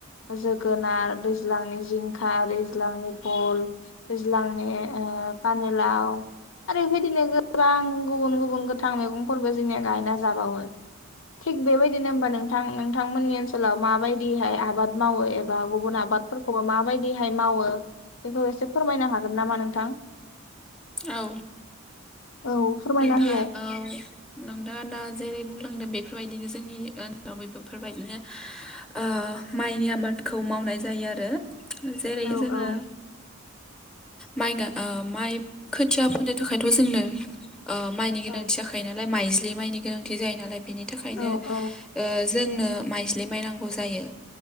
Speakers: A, on the left; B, in the centre.
A: जोगोनार, दैज्लांनि जिंखा दैज्लांनि भल दैज्लांनि ओ पानेलाव आरो बेबायदिनो गोबां गुबुन गुबुन गोथां मैगंफोरबो जोंनिया गायना जाबावो
B: <inaudible>
A: थिग बेबायदिनो होमबा नोंथां नोंथांमोननि ओनसोलाव माबायदिहाय आबाद मावो एबा गुबुन आबादफोर खौबा माबायदिहाय मावो बेखौ एसे फोरमायनो हागोन नामा नोंथां
B: औ
A: औ फोरमायना
B: नोंथाङा
A: होलाय।
B: औ नोंथाङा दा जेरै बुंलांदो बे बेफोरबायदिनो जोंनि <unintelligible> बेफोरबायदिनो ओ माइनि आबादखौ मावनाय जायो आरो जेरै
A: औ
B: जोङो
A: औ
B: माइगा ओ माइ खोथिया फोनो थाखायथ' जोंनो माइनि गोनांथि
A: औ
B: जाखायो नालाय माइज्लि माइनि गोनांथि बिदि जायो नालाय बेनि थाखायनो
A: औ औ
B: ओ जोंनो माइज्लि माइ नांगौ जायो